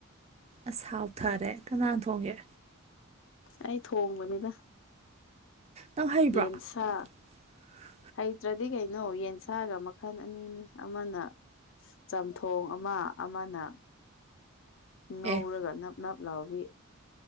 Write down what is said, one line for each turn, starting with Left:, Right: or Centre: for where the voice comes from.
Right: ꯑꯁ ꯍꯥꯎꯊꯔꯦ ꯀꯅꯥꯅ ꯊꯣꯡꯒꯦ
Left: ꯑꯩ ꯊꯣꯡꯕꯅꯤꯗ
Right: ꯅꯪ ꯍꯩꯕ꯭ꯔꯣ
Left: ꯌꯦꯟꯁꯥ
Right: <inaudible>
Left: ꯍꯩꯇ꯭ꯔꯗꯤ ꯀꯩꯅꯣ ꯌꯦꯟꯁꯥꯒ ꯃꯈꯜ ꯑꯅꯤꯅꯦ ꯑꯃꯅ ꯆꯝꯊꯣꯡ ꯑꯃ ꯑꯃꯅ ꯉꯧꯔꯒ
Right: ꯑꯦ
Left: ꯅꯞ ꯅꯞ ꯂꯥꯎꯕꯤ